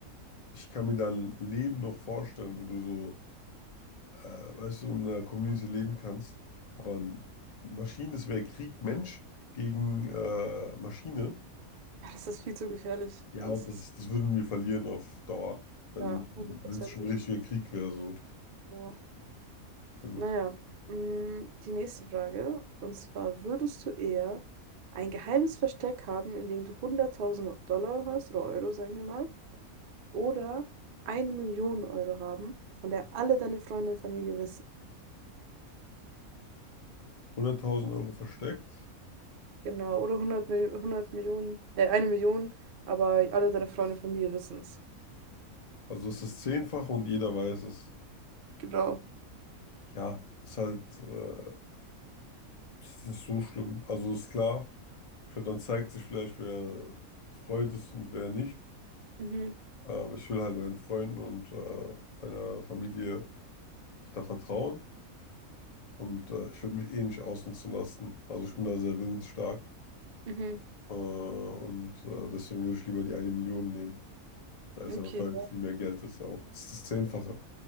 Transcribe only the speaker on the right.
Ja, das ist viel zu gefährlich.
Das
ist,
ja, hundertprozentig.
Ja.
Naja, mh, die nächste Frage. Und zwar, würdest du eher ein geheimes Versteck haben, in dem du hunderttausend Dollar hast, oder Euro, sagen wir mal, oder eine Million Euro haben, von der alle deine Freunde und Familie wissen?
Genau, oder hundert Mil hundert Millionen, äh, eine Million, aber alle deine Freunde und Familie wissen es.
Genau.
Mhm,
mhm.
Okay.
ja.